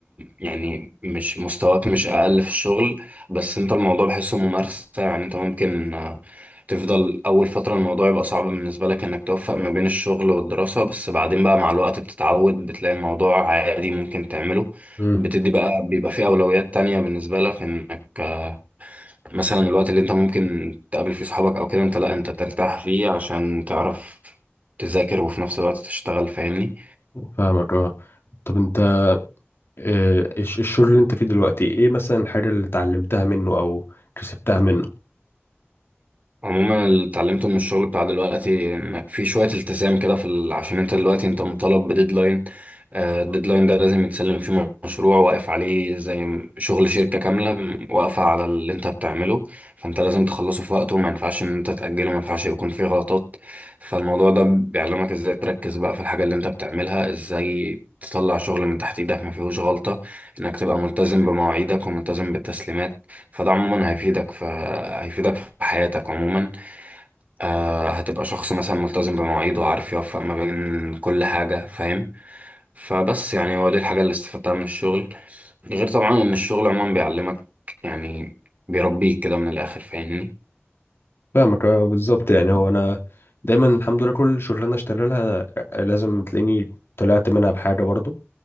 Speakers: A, on the right (about 35°); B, on the left (about 60°).
A: يعني مش مستواك مش أقل في الشغل بس أنت الموضوع بحسه ممارسة يعني أنت ممكن آه، تفضل أول فترة الموضوع يبقى صعب بالنسبة لك إنك توفق ما بين الشغل والدراسة بس بعدين بقى مع الوقت بتتعود بتلاقي الموضوع عادي ممكن تعمله
B: امم
A: بتدي بقى بيبقى فيه أولويات تانية بالنسبة لك إنك آه، مثلا الوقت اللي أنت ممكن تقابل فيه صحابك أو كده أنت لأ أنت ترتاح فيه عشان تعرف تذاكر وفي نفس الوقت تشتغل فاهمني
B: فاهمك اه طب انت آه، الش- الشغل اللي انت فيه دلوقتي ايه مثلا الحاجه اللي اتعلمتها منه او كسبتها منه
A: عموما اللي اتعلمته من الشغل بتاع دلوقتي انك في شوية التزام كده في ال... عشان انت دلوقتي انت مطالب بديدلاين آه، الديدلاين ده لازم يتسلم فيه مشروع واقف عليه زي م- شغل شركة كاملة واقفة على اللي انت بتعمله فانت لازم تخلصه في وقته ما ينفعش ان انت تأجله ما ينفعش يكون فيه غلطات فالموضوع ده بيعلمك ازاي تركز بقى في الحاجة اللي انت بتعملها ازاي تطلع شغل من تحت ايدك ما فيهوش غلطة انك تبقى ملتزم بمواعيدك وملتزم بالتسليمات فده عموما هيفيدك في هيفيدك في حياتك عموما آه هتبقى شخص مثلا ملتزم بمواعيده وعارف يوفق ما بين كل حاجة فاهم فبس يعني هو دي الحاجة اللي استفدتها من الشغل غير طبعا إن الشغل عموما بيعلمك يعني بيربيك كده من الآخر فاهمني
B: فاهمك اه بالظبط يعني هو انا دايما الحمد لله كل شغلانه اشتغل لها لازم تلاقيني طلعت منها بحاجه برضو